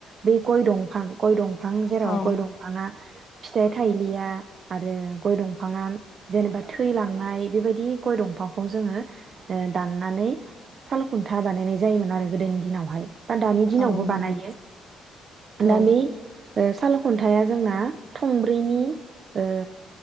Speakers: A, on the right; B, on the left.
A: बे गय दंफां गय दंफां जेराव
B: औ
A: गय दंफाङा फिथाइ थाइलिया आरो गय दंफाङा जेनेबा थैलांनाय बेबायदि गय दंफांखौ जोङो ओ दाननानै साल खुन्था बानायनाय जायोमोन आरो गोदोनि दिनावहाय। बा दानि दिनावबो
B: औ नंगौ
A: बानायो
B: औ
A: दा बे ओ साल खुन्थायाइा जोंना थंब्रैनि ओ